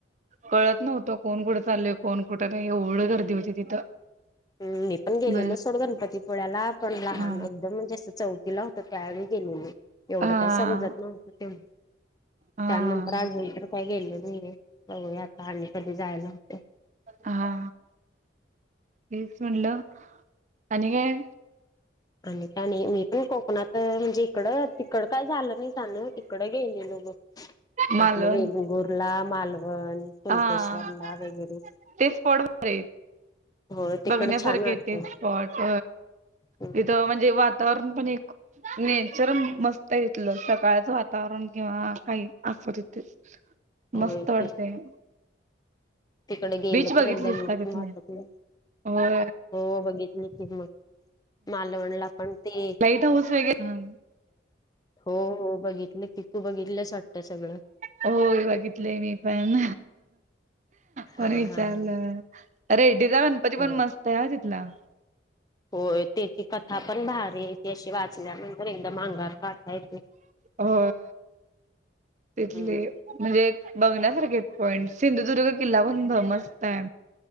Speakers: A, on the right (about 40°); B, on the left (about 20°).
A: कळत नव्हतं कोण कुठे चाललय. कोन कुठं नाही एवढं गर्दी होती तिथं
B: हम मी पण गेलेलो
A: ब
B: सोड गणपतीपुळ्याला पण लहान
A: हा
B: एकदम म्हणजे अस चौ तिला होत त्यावेळी गेलेले एवढं
A: हा
B: काही समजत नव्हतं तेव
A: हा
B: त्यानंतर अजून तर काय गेले नाहीये बघूया आता आणि कधी जायला होते
A: हा हेच म्हणलं आणि काय?
B: आणि त्याने मी पण कोकणात म्हणजे इकड तिकड काय झालं नाही जाण इकडं गेली न बघ.
A: मालवण
B: आपलं वेंगुर्ला मालवण कुणकेश्वरला
A: हा
B: वगैरे
A: तेच स्पॉट भारी आहेत.
B: होय तिकड
A: बघण्यासारखे
B: छान वाटतय
A: ते स्पॉट
B: हम्म
A: तिथं म्हणजे वातावरण पण एक नेचर मस्त तथलं सकाळचं वातावरण किंवा काही असं तिथे मस्त
B: होय की
A: वाटतंय.
B: तिकडे गेलं
A: बघितलीस
B: तर एकदा येऊ
A: का तिथल्या
B: पण वाट नाही
A: होय
B: हो बघित कि मग मालवणला पण ते
A: लाईट हाऊस वगैरे ना
B: हो हो बघितलं तिथू बघितलंस वाटतं सगळं?
A: होय बघितलंय मी पण पण
B: हा
A: विचारलं
B: हा हा
A: रेड्डीचा गणपती पण
B: हो
A: मस्त आहे ह तिथला.
B: होय त्याची कथा पण भारीयेत. अशी वाचल्यानंतर एकदम अंगार काता येत
A: होय. तिथली
B: हम्म
A: म्हणजे बघण्यासारखे पॉईंट सिंधुदुर्ग किल्ला पण भमस्त आहे.